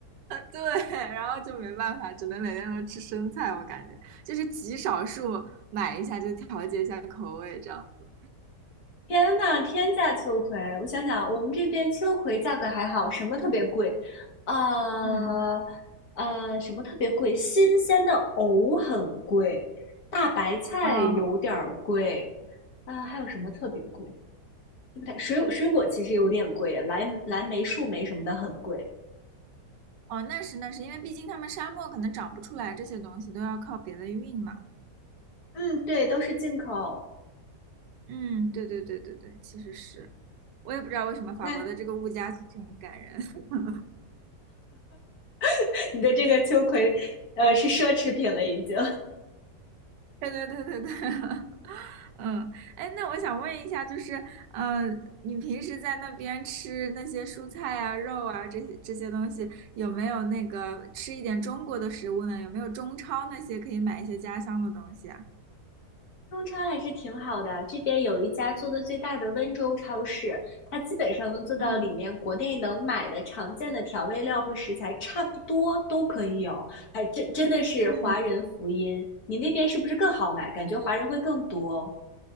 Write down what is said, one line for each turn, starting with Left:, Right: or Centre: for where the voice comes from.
Right: 对，<laughs> 然后就没办法，只能每天都吃生菜，我感觉就是极少数买一下就调节一下口味这样子。
Left: 天呐，天价秋葵！我想想，我们这边秋葵价格还好，什么特别贵？呃
Right: 嗯，
Left: 呃，什么特别贵？新鲜的藕很贵，大白菜有点儿贵，
Right: 哦
Left: 啊、还有什么特别贵？对不对？水水果其实有点贵，蓝蓝莓、树莓什么的很贵。
Right: 哦，那是那是，因为毕竟他们沙漠可能长不出来这些东西，都要靠别的运嘛。
Left: 嗯，对，都是进口。
Right: 嗯，对对对对对，其实是，我也不知道为什么法国的这个物价其实很感人。
Left: 那
Right: <laughs>
Left: <laughs> 你的这个秋葵，呃，是奢侈品了已经。
Right: 对对对对对，<laughs> 嗯，哎，那我想问一下，就是，呃，你平时在那边吃那些蔬菜啊、肉啊这些这些东西，有没有那个吃一点中国的食物呢？有没有中超那些可以买一些家乡的东西啊？
Left: 中超还是挺好的，这边有一家做的最大的温州超市，它基本上能做到里面国内能买的常见的调味料和食材差不多都可以有，
Right: 嗯
Left: 还真真的是华人福音。
Right: 嗯嗯
Left: 你那边是不是更好买？感觉华人会更多